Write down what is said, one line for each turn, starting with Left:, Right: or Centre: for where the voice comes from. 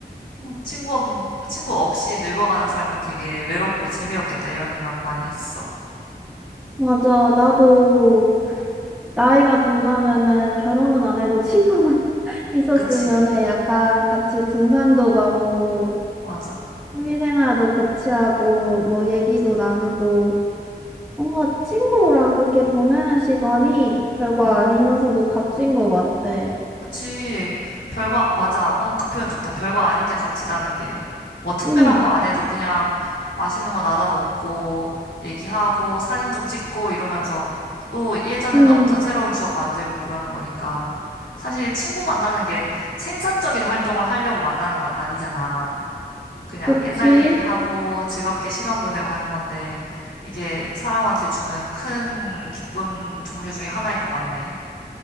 Left: 어, 친구 없, 친구 없이 늙어가는 삶은 되게 외롭고 재미없겠다 이런 생각 많이 했어.
Centre: 맞아. 나도 나이가 든다면은 결혼은 안 해도 친구는 <laughs> 있었으면
Left: 그치?
Centre: 해. 약간 같이 등산도 가고,
Left: 맞아.
Centre: 취미생활도 같이 하고, 뭐 얘기도
Left: 맞아.
Centre: 나누고, 뭔가 친구랑 그렇게 보내는 시간이 별거
Left: 응.
Centre: 아니면서도 값진 것 같아.
Left: 그치. 별거, 맞아. 어, 그 표현 좋다. 별거 아닌데 값지다는 게. 뭐 특별한
Centre: 응,
Left: 거 안 해도 그냥 맛있는 거 나눠 먹고, 얘기하고, 사진 좀 찍고 이러면서 또 예전에는
Centre: 응,
Left: 없던 새로운 추억 만들고 그러는 거니까. 사실 친구 만나는 게 생산적인 활동을 하려고 만나는 건 아니잖아. 그냥
Centre: 그치?
Left: 옛날 얘기하고 즐겁게 시간 보내고 하는 건데, 이게 사람한테 주는 큰 기쁨 종류 중에 하나인 것 같네.